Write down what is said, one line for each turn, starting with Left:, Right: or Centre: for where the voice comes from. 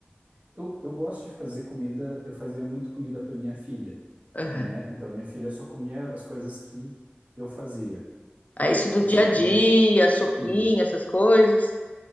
Right: Eu, eu gosto de fazer comida, eu fazia muito comida para minha filha,
Left: Uhum.
Right: né? Então minha filha só comia as coisas que eu fazia.
Left: É isso do
Right: Você
Left: dia
Right: sabe
Left: a dia,
Right: que a minha,
Left: sopinha,
Right: sim,
Left: essas coisas?